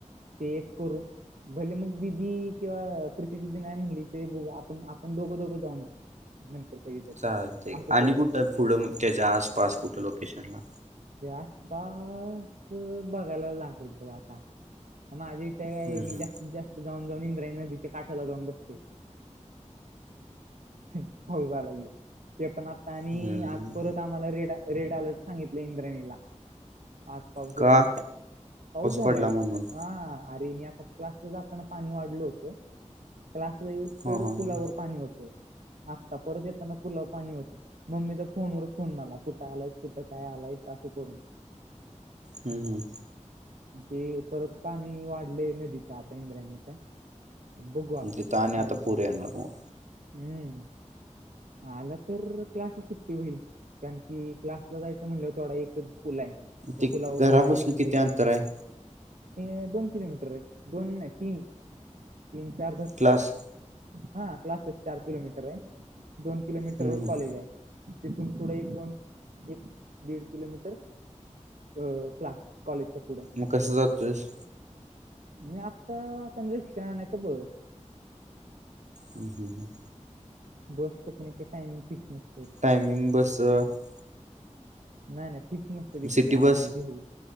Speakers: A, on the right; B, on the right.
A: ते एक करू, भले मग दिदी किंवा अ प्रिती दीदी नाही म्हणली, ते बघू आपण-आपण दोघं- दोघं जाऊन येऊ. नंतर कधी तर
B: चालतंय
A: असं
B: आणि
A: करू.
B: कुठं पुढं मग, त्याच्या आसपास कुठं लोकेशनला?
A: त्या आसपास बघायला लागल बघ आता, माझ्या काय
B: हम्म
A: मी
B: हम्म.
A: जास्तीत-जास्त, जाऊन-जाऊन इंद्रायणी नदीच्या काठाला जाऊन बसतोय. होऊ जाला की, ते पण आणि
B: हम्म
A: आज परत आम्हाला रेड-रेड अलर्ट सांगितला इंद्राणीला आज पाऊस
B: का
A: एवढा झालाय, पाऊस झालाय,
B: पडला म्हणून.
A: हां. अरे मी आता क्लासला जाताना पाणी वाढल होतं, क्लासला येऊसतर
B: हा हा
A: पुलावर
B: हा
A: पाणी होतं. आत्ता परत येताना पुलावर पाणी होत, मम्मीचा फोनवर- फोन मला कुठं आलायस? कुठं काय आलायस असू करून?
B: हम् हम्.
A: ते परत पाणी वाढलय, नदीचा आता इंद्रायणीच्या. बघू आता,
B: तिथं आणि
A: काय
B: आता
A: होत
B: पूर येणार
A: काय?
B: मग.
A: हम्म, आलं तर क्लासला सुट्टी होईल, कारण की क्लास सला जायचं म्हणल्यावर तेवडा एकच पुल हाय, त्या
B: ते
A: पुलावरून
B: घरापासून
A: जायला लागते.
B: किती अंतर आहे
A: हे दोन किलोमीटर आहे. दोन नाही तीन तीन चार धर.
B: क्लास.
A: हा क्लासच चार किलोमीटर आहे. दोन किलोमीटर
B: हम्म
A: वर
B: हम्म
A: कॉलेज आहे. तिथून पुढे एक दोन. एक दीड किलोमीटर अं क्लास कॉलेजच्या पुढं.
B: मग कसं जातोयस?
A: मी आत्ता आता रिक्षा नाही तर बस.
B: हम् हम् हम्.
A: बसच पण एकेक टाइमिंग फिक्स नसत.
B: टायमिंग बसच.
A: नाही नाही फिक्स नसते तिकड
B: सिटी
A: आळंदी
B: बस?
A: देऊ.